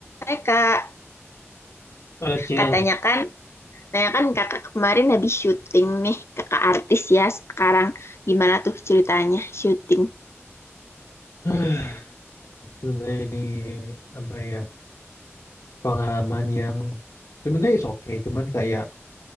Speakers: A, on the left (about 60°); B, on the left (about 85°).
A: Hai kak,
B: Halo Cil,
A: katanya kan, katanya kan kakak kemarin habis syuting nih, kakak artis ya sekarang. Gimana tuh ceritanya syuting?
B: <sighs> sebenarnya ini apa ya pengalaman yang sebenarnya is oke cuman kayak